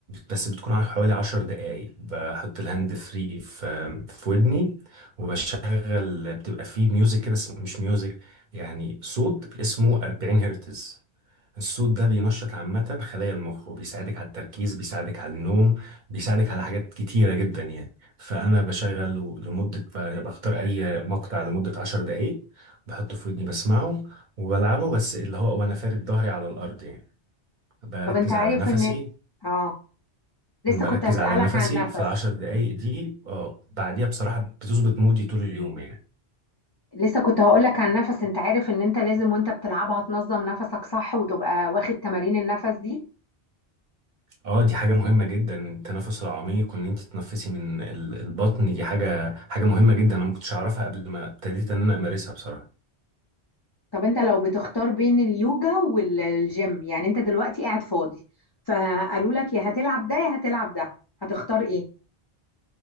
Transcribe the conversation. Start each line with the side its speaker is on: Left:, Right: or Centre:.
Right: بس بتكون على حوالي عشر دقايق بحط الهاند فري في في ودني وبشغل بتبقى فيه ميوزك كده اسم- مش ميوزك يعني صوت اسمه 40 هرتز الصوت ده بينشط عامة خلايا المخ وبيساعدك على التركيز بيساعدك على النوم بيساعدك على حاجات كتيرة جدا يعني فأنا بشغل لمدة ب- بختار أي مقطع لمدة عشر دقايق بحطه في ودني بسمعه وبلعبه بس اللي هو وأنا فارد ظهري على الأرض يعني بركز
Left: طب انت عارف
Right: على نفسي
Left: ان اه
Right: بركز
Left: لسه كنت هسألك
Right: على نفسي
Left: عن نفس
Right: في العشر دقايق دي اه بعديها بصراحة بتظبط مودي طول اليوم يعني
Left: لسه كنت هقولك عن النفس انت عارف ان انت لازم وانت بتلعبها تنظم نفسك صح وتبقى واخد تمارين النفس دي
Right: اه دي حاجة مهمة جدا التنفس العميق وان انت تتنفسي من ال- البطن دي حاجة حاجة مهمة جدا انا ما كنتش اعرفها قبل ما ابتديت ان انا امارسها بصراحة
Left: طب انت لو بتختار بين اليوجا والجيم يعني انت دلوقتي قاعد فاضي فقالوا لك يا هتلعب ده يا هتلعب ده هتختار ايه